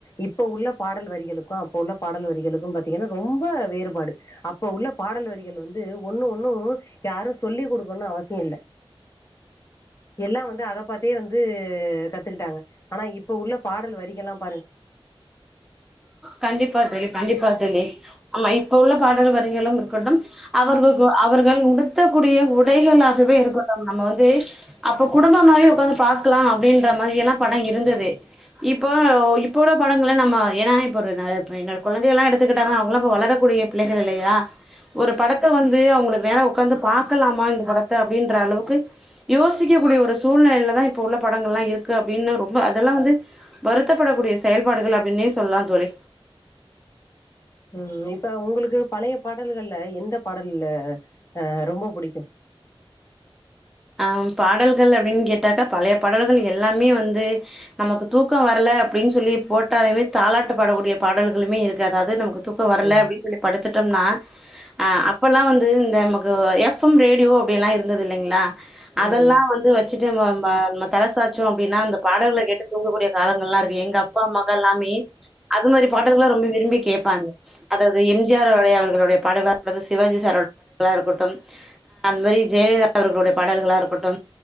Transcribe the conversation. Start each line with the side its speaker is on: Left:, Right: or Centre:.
Left: இப்ப உள்ள பாடல் வரிகளுக்கு அப்ப உள்ள பாடல் வரிகளுக்கு பாத்தீங்கன்னா ரொம்ப வேறுபாடு அப்ப உள்ள பாடல் வரிகள் வந்து ஒண்ணு ஒண்ணும் யாரும் சொல்லிக கொடுக்கனு அவசியம் இல்ல எல்லாம் வந்து அத பாத்தே வந்து கத்துக்கிட்டாங்க ஆனா இப்ப உள்ள பாடல் வரிகள்ல்லாம்
Centre: கண்டிப்பா தோழி கண்டிப்பா தோழி ஆமா இப்ப உள்ள பாடல் வரிகளும் இருக்கட்டும் அவர்கள் அவர்கள் உடுத்தக்கூடிய உடைகளாகவே இருக்கட்டும் நம்ம வந்து அப்ப குடும்பம் மாரி உக்காந்து பாக்லா அப்படின்ற மாரி எல்லா பட இருந்தது இப்போ இப்போ உள்ள படங்கள் நம்ம ஏன்னா இப்போ என்னோட குழந்தைகள எல்லாம் எடுத்துக்கிட்டாங்கன்னா அவுங்களாம் இப்ப வளரக்கூடிய பிள்ளைகள் இல்லையா ஒரு படத்த வந்து அவுங்களுக்கு வேற உட்காந்து பார்க்கலாமா இந்த படத்தை அப்படின்ற அளவுக்கு யோசிக்கக்கூடிய ஒரு சூழ்நிலையில தான் இப்போ உள்ள படங்கள்லாம் இருக்கு அப்படின்னு ரொம்ப அதெல்லாம் வந்து வருத்தப்படக்கூடிய செயல்பாடுகள் அப்டின்னே சொல்லலா தோழி
Left: ம் இப்ப உங்களுக்கு பழைய பாடல்கள்ல எந்த பாடல்ல அஹ் ரொம்ப பிடிக்கும்
Centre: ஆ பாடல்கள் அப்டின் கேட்டாக்கா பழைய பாடல்கள் எல்லாமே வந்து நமக்கு தூக்க வரல அப்படின் சொல்லி போட்டாலுமே தாலாட்டு பாடக்கூடிய பாடல்களுமே இருக்கு அதாது நமக்கு தூக்கோ வரலே
Left: ம்
Centre: அப்டின் சொல்லி படுத்துட்டோம்னா ஆ அப்பல்லா வந்து இ தா மக்கு ஓ எஃப் எம் ரேட்யோ அப்டின்லா இருந்தது இல்லைங்ளா அதெல்லா
Left: ம்
Centre: வந்து வெச்சுட்டு நம்போ பா மத் <unintelligible> தாச்சோ அப்டினா அந்த பாடல்கள கேட்டு தூங்கக்கூடிய காலங்கள்லா இருக்கு எங்கே அப்பா அம்மாகள்லாமே அது மாரி பாடல்கள்லா ரொம்ப விரும்பி கேப்பாங்கே அதாவுது எம் ஜி ஆர் அவர்களுடைய அவர்களுடைய பாடல்கலா அடுது சிவாஜி சார்ரோட <inaudible> இருக்கட்டும் அந்மாரி ஜெயலலிதா அவர்களுடைய பா பாடல்களா இருக்கொட்டும்